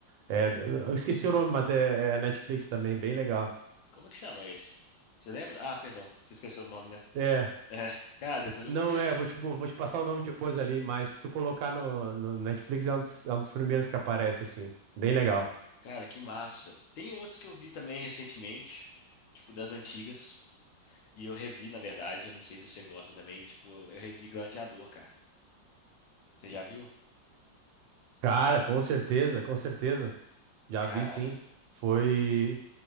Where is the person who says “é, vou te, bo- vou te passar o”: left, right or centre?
Right